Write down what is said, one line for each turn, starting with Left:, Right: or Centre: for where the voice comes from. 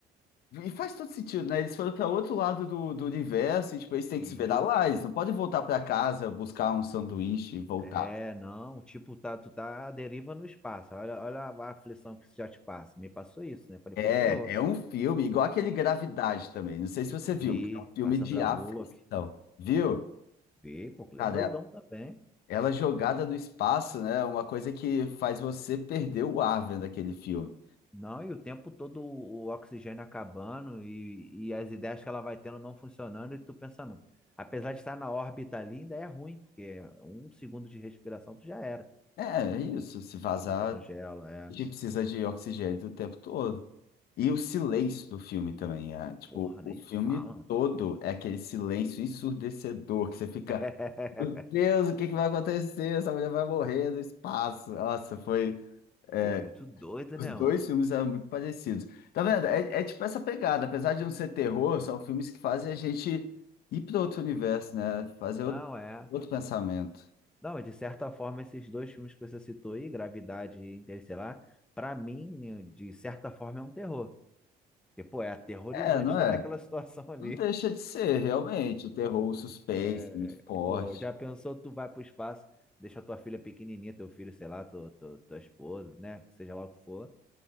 Left: E faz todo sentido, né? Eles foram para outro lado do, do universo e tipo, eles têm
Centre: e
Left: que se virar
Centre: isso.
Left: lá. Eles não podem voltar para casa, buscar um sanduíche e voltar.
Centre: É, não, tipo, tá, tu tá à deriva no espaço. Olha, olha a aflição que isso já te passa. Me passou isso, né? Falei,
Left: É,
Centre: pô, ferrou.
Left: é um filme, igual aquele Gravidade também. Não sei se você viu,
Centre: Vi
Left: mas é um filme
Centre: com a
Left: de
Centre: Sandra
Left: aflição,
Centre: Bullock.
Left: viu?
Centre: Vi, pô,
Left: Cara,
Centre: é doidão
Left: é-
Centre: também.
Left: ela jogada no espaço, né? é Uma coisa que faz você perder o ar vendo aquele filme.
Centre: Não, e o tempo todo o oxigênio acabando e, e as ideias que ela vai tendo não funcionando e tu pensando. Apesar de estar na órbita ali, ainda é ruim, porque um segundo de respiração tu já era.
Left: É, é isso. Se vazar.
Centre: Tu congela, é.
Left: A gente precisa de oxigênio o tempo todo. E o silêncio
Centre: Pô,
Left: do filme também, é, tipo,
Centre: Porra, nem
Left: o filme
Centre: fala, mano.
Left: todo é aquele silêncio ensurdecedor que você fica,
Centre: <laughs>
Left: meu Deus, o que que vai acontecer? Essa mulher vai morrer no espaço. Nossa, foi. é,
Centre: Pô, muito doido,
Left: os
Centre: né,
Left: dois
Centre: mano?
Left: filmes eram muito parecidos. Tá vendo? É, é tipo essa pegada, apesar de não ser terror, são filmes que fazem a gente ir para outro universo, né? Fazer
Centre: Não,
Left: outro,
Centre: é.
Left: outro pensamento.
Centre: Não, de certa forma, esses dois filmes que você citou aí, Gravidade e Interestelar, pra mim, de certa forma, é um terror. Porque, pô, é aterrorizante
Left: É, não
Centre: estar
Left: é?
Centre: naquela <laughs> situação ali.
Left: Não deixa de ser, realmente. O terror, o suspense,
Centre: É,
Left: muito forte.
Centre: pô, já pensou, tu vai pro espaço, deixa tua filha pequenininha, teu filho, sei lá, tu- tu- tua esposa, né? Seja lá o que for.